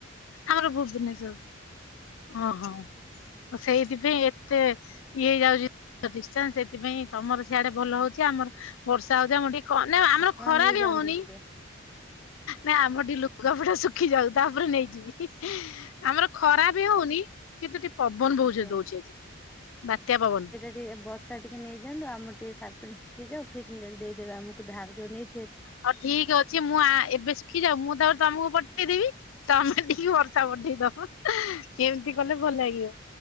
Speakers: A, on the left (about 75°); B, in the centre.
A: ଆମର ଭୁବନେଶ୍ଵର ଓହୋ ସେଇଥିପାଇଁ ଏତେ ଇଏ ହେଇ ଯାଉଛି ଡିଷ୍ଟାନ୍ସ ସେଥିପାଇଁ ତମର ସିଆଡେ ଭଲ ହଉଛି ଆମର ବର୍ଷା ହଉଛି ଆମର ଟିକେ ନା ଆମର
B: ଆପଣ
A: ଖରା
B: ନେଇଯାଆନ୍ତୁ
A: ବି ହଉନି।
B: ଟିକେ
A: ନାଇ ଆମର ଟିକେ ଲୁଗାପଟା ଶୁଖି ଯାଉ ତାପରେ ନେଇଯିବି। ଆମର ଖରା ବି ହଉନି କିନ୍ତୁ ଟିକେ ପବନ ବହୁତ୍
B: ଆଜ୍ଞା।
A: ଜୋରେ ଦଉଛି ବାତ୍ୟା ପବନ।
B: ଟିକ ବର୍ଷା ଟିକେ ନେଇଯାନ୍ତୁ ଆମ ଟିକେ ସାର୍ଟ ପ୍ୟାଣ୍ଟ ଶୁଖିଯାଉ ଫିର୍ ଦେଇଦେବେ ଆମକୁ ଧାର ଯଉ ନେଇ
A: ହଉ ଠିକ ଅଛି ମୁଁ ଆ ଏବେ ଖି ଯାଉ ମୁଁ ତାପରେ ତମକୁ ପଠେଇଦେବି ତମେ ଟିକେ ବର୍ଷା ପଠେଇ ଦବ। କେମିତି କଲେ ଭଲ ଲାଗିବ